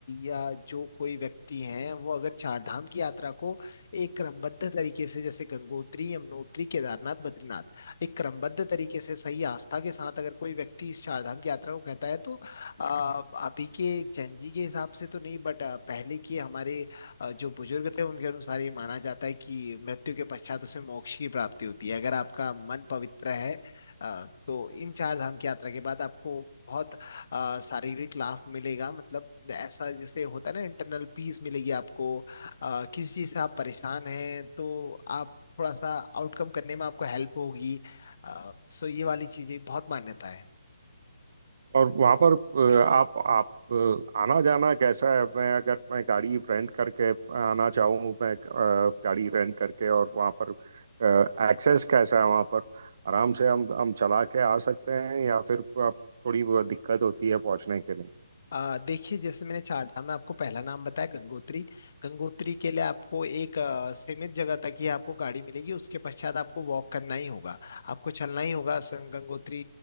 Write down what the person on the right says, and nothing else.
और वहाँ पर अ, आप आप अ, आना जाना कैसा है मैं अगर मैं गाड़ी रेंट करके आना चाहूँ मैं अ, गाड़ी रेंट करके और वहाँ पर एक्सेस कैसा है वहाँ पर आराम से हम हम चला के आ सकते हैं या फिर आप थोड़ी वो दिक्कत होती है पहुँचने के